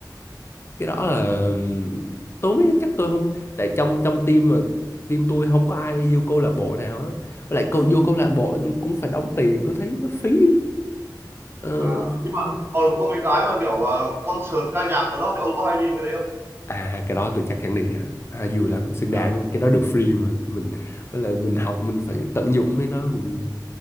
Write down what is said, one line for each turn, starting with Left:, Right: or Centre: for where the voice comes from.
Left: cái đó là ừm, tôi mới chắc tôi không tại trong trong team mà team tôi không có ai vô câu lạc bộ nào á Với lại câu vô câu lạc bộ cũng phải đóng tiền tôi thấy nó phí Ờ,
Right: à,
Left: không-
Right: nhưng mà còn có mấy cái mà kiểu à, concert ca nhạc đâu đó thì ông có hay đi mấy cái đấy không
Left: à cái đó tôi chắc chắn đi nha à, vui lắm xứng
Right: À.
Left: đáng cái đó được free mà mình với lại mình học mình phải tận dụng với nó mình